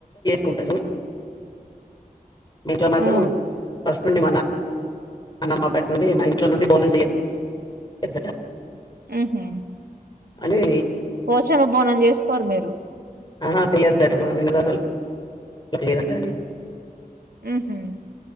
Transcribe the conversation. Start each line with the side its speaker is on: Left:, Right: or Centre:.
Left: కుంటరు మీట్లో మాత్రం
Right: ఆ
Left: వస్తుండి మన్న అన్నమ్మ పటి నుండి మా ఇంట్లో నుండి బోనం చేయద్దట
Right: ఆహ
Left: అదే
Right: పోచమ బోనం చేసుకో కోర్ మీరు
Left: ఫడట్టమా పట
Right: ఆహమ్